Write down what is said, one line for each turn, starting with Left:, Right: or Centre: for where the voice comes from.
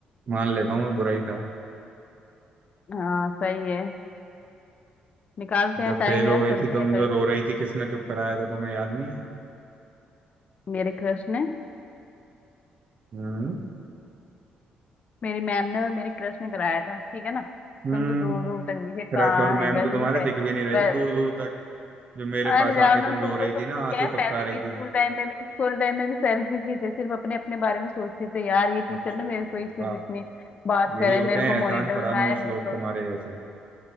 Right: मान लेता हूँ मैं बुरा ही था
Left: हाँ सही है निकालते हैं
Right: जब
Left: टाइम
Right: फेल हो
Left: यार
Right: गई
Left: चलते
Right: थी तुम
Left: हैं
Right: जो
Left: कभी
Right: रो रही थी किसने चुप कराया था तुम्हें याद नहीं है
Left: मेरे क्रश ने
Right: हम्म
Left: मेरी मैम ने और मेरे क्रश ने कराया था ठीक है ना
Right: हम्म
Left: तुम तो दूर दूर तक नहीं थे कहाँ
Right: क्रश और
Left: है
Right: मैम
Left: वैसे
Right: तो तुम्हारे
Left: भी सेल
Right: दिख भी नहीं रहे
Left: वै...
Right: थे दूर दूर तक जो मेरे
Left: अरे
Right: पास
Left: जाओ
Right: आके तुम
Left: ना तुम
Right: रो
Left: तो
Right: रही
Left: तुम
Right: थी ना
Left: तो क्या
Right: आंसू
Left: है पहले
Right: टपका रही
Left: भी
Right: थी
Left: स्कूल टाइम में भी स्कूल टाइम में भी सेल्फिश ही थे सिर्फ अपने अपने बारे में सोचते थे यार ये टीचर
Right: अच्छा
Left: ना मेरे
Right: जी
Left: को ही सिर्फ
Right: वाह
Left: इतनी बात
Right: यही
Left: करे
Right: होते
Left: मेरे
Right: हैं
Left: को
Right: एहसान
Left: मॉनिटर
Right: फरामोश
Left: बनाए मेरे
Right: लोग
Left: को
Right: तुम्हारे जैसे